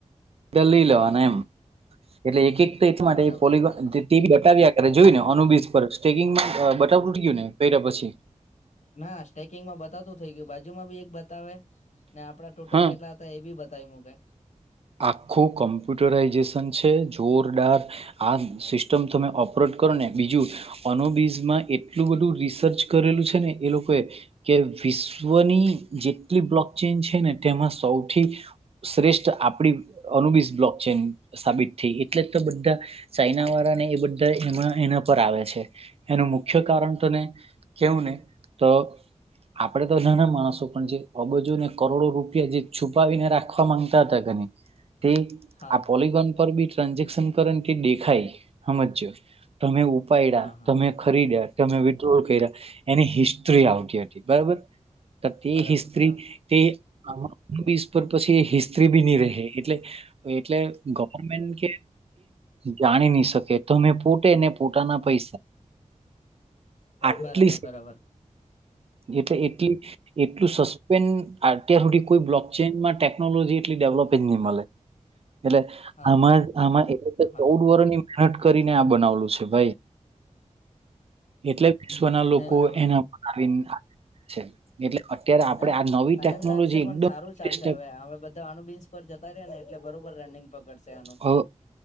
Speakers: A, on the right; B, on the left.
A: કા લઈ લેવાના એમ એટલે એક એક તો
B: બરાબર
A: એટ માટે પોલી
B: બરાબર
A: બતાાવ્યા ત્યારે જોયું ને ઓનુબી <unintelligible> બતાવતું ગયું ને કર્યા પછી.
B: ના સ્ટેકિંગમાં બતાવતું થઇ ગયું બાજુમાં બી એક બતાવે ને આપડા ટોટલ
A: હા
B: કેટલા હતા એ બી બતાવી મુકે.
A: આખું કોમ્પ્યુટરાઈઝેશન છે જોરદાર આ સિસ્ટમ તમે ઓપરેટ કરો ને બીજું અનુબીઝમાં એટલું બધું તું રિસર્ચ કરેલું છે ને એ લોકોએ કે વિશ્વની જેટલી બ્લોક ચેન છે. ને તેમાં સૌથી શ્રેષ્ઠ આપ આપડી અનુબીઝબ્લોક ચેન સાબિત થઈ ગઈ એટલે તો બધા ચાઈના વાળા ને એ બધા એમાં ના એના પર આવે છે એનું મુખ્ય કારણ તને કેવું ને તો આપડે તો નાના માણસો પણ જે અબજુને કરોડો રૂપિયા જે છુપાવીને રાખવા માંગતા હતા ઘને તે
B: હા
A: આ
B: હા
A: પોલીગોન પર બી ટ્રાન્ઝેક્શન કરે ને તે દેખાય હમજજો. તમે ઉપાયડયા
B: હા હા
A: તમે ખરીદ્યા તમે વિડ્રો કર્યા એની હિસ્ટ્રી આવતી હતી બરાબર. તે
B: બરાબર
A: હિસ્ટ્રી
B: બરાબર
A: તે આમ વિશ પર પછી હિસ્ટ્રી બી નહી રહે. એટલે એટલે ગવર્મેન્ટ કે જાણી નહી શક કે તો મેં પૂટે ને પૂટાના પૈસા આટલી
B: બરાબર બરાબર
A: એટલે એટલી એટલું સસ્ત <unintelligible> અત્યાર હુંધી કોઈ બ્લોક ચેઇનમાં ટેકનોલોજી એટલી ડેવલોપ પિન ની મલે એટલે
B: હા
A: આમાર આમાં એટલે તો
B: હા
A: ચૌદ વર્ષ ની મહેનત કરીને આ બનાવલું છે ભાઈ. એટલે વિશ્વના લોકો
B: નહી બરાબર
A: એના પર આવીને છે એટલે અત્યારે આપણે
B: હે
A: આ
B: ટાઈમ
A: નવી ટેકનોલોજી
B: લાગશે
A: એકદમ
B: પણ સારું
A: લેટેસ્ટ
B: ચાલશે હવે હવે બધાનું બીન જતા રહ્યા ને એટલે બરોબર રનિંગ પકડશે આનું
A: હ